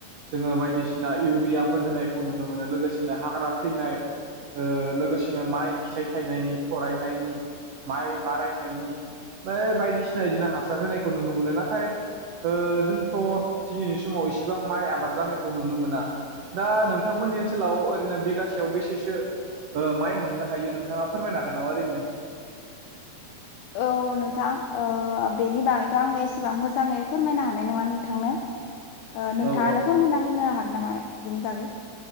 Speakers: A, on the right; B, on the left.
A: जोङो बायदिसिना इउरियाफोर होनायखौ नुनो मोनो लोगोसेनो हाग्रा थैनाय ओ लोगोसेनो माइ फिथाइ थायनायनि थरायनायनि माइ बारायनायनि बे बायदिसिना बिदिनो हासार होनायखौ नुनो मोनो नाथाय जोंथ' दिनैनि समाव इसिबां माइ आबाद जानायखौ नुनो मोना। दा नोंथांमोननि ओनसोलाव ओरैनो बिगासेयाव बेसेसो ओ माइ मोननो हायो नोंथांङा फोरमायनोागोन नामा ओरैनो?
B: औ नोंथां ओ बेनि बागैथ' आंङो एसेबां मोजाङै फोरमायनो हानाय नंङा नोंथांनो।
A: <inaudible>
B: ओ नोंथाङानो
A: औ
B: फोरमायना होनो हागोन नामा बिनि बागै?